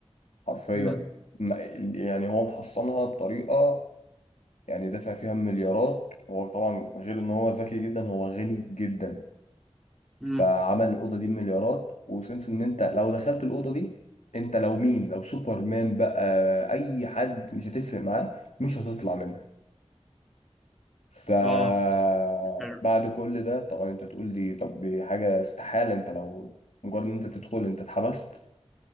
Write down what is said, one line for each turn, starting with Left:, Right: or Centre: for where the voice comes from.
Left: حرفيا
Centre: مم.
Left: ما- يعني هو محصنها بطريقة يعني دافع فيها مليارات هو طبعا غير ان هو ذكي جدا هو غني جدا
Centre: مم.
Left: فعمل الأوضة دي مليارات وسنس ان انت لو دخلت الأوضة دي انت لو مين لو سوبرمان بقى اي حد مش هتفرق معاه مش هتطلع منها فبعد
Centre: اه حلو
Left: كل ده طبعا انت تقول دي طب دي حاجة استحالة انت لو مجرد ان انت تدخل انت اتحبست